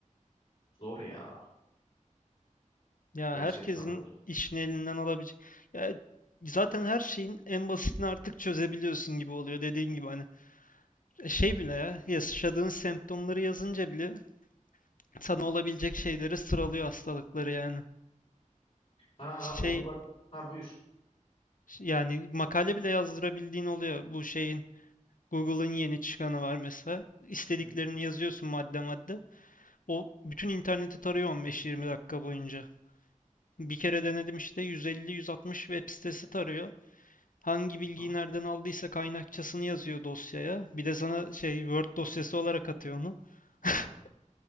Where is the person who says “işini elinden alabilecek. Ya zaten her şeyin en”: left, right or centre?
Left